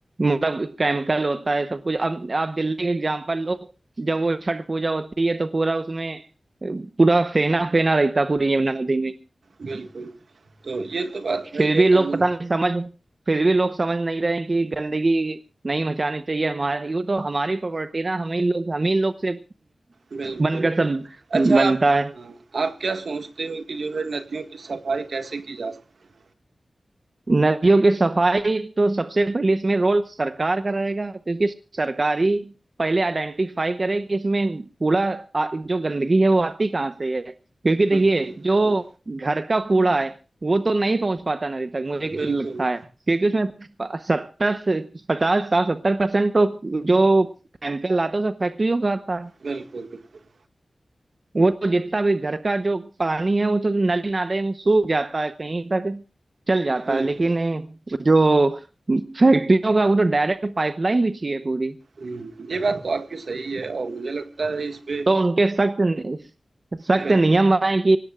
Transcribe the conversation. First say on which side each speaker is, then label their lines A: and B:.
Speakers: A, on the right; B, on the right.
A: मतलब केमिकल होता है सब कुछ अब आप दिल्ली का एग्जाम्पल लो जब वो छठ पूजा होती है तो पूरा उसमें अ, पूरा फेना फेना रहता है पूरी यमुना नदी में
B: बिल्कुल, तो ये तो बात है
A: फिर
B: ही है
A: भी लोग
B: कहीं
A: पता नहीं समझ फिर भी लोग समझ नहीं रहे हैं कि गंदगी नहीं मचानी चाहिए हमारे यूँ तो हमारी प्रॉपर्टी ना हम ही लोग हम ही लोग से
B: बिल्कुल,
A: बनकर
B: बिल्कुल।
A: सब
B: अच्छा
A: बनता
B: आप
A: है
B: हाँ, आप क्या सोचते हो कि जो है नदियों की सफाई कैसे की जा सकती
A: नदियों की सफाई तो सबसे पहले इसमें रोल सरकार का रहेगा क्योंकि सरकार ही पहले आइडेंटिफाई करे कि इसमें कूड़ा आ- जो गंदगी है वो आती कहाँ से है क्योंकि
B: है?
A: देखिए
B: बिल्कुल,
A: जो
B: बिल्कुल।
A: घर का कूड़ा है वो तो नहीं पहुंच पाता नदी तक मुझे
B: बिल्कुल,
A: लगता है क्योंकि उसमें सत्तर पचास साठ सत्तर परसेंट तो जो केमिकल आता है उसे फैक्ट्रियों का आता है
B: बिल्कुल, बिल्कुल।
A: वो तो जितना भी घर का जो पानी है वो तो नली नाले में सूख जाता है कहीं तक चल जाता
B: बिल्कुल।
A: है लेकिन जो फैक्ट्रियों का वो तो डायरेक्ट पाइपलाइन बिछी है पूरी
B: हुँ। ये बात तो आपकी सही है और मुझे लगता है इस पे
A: तो उनके सख्त सख्त
B: बिल्कुल,
A: नियम बनाए कि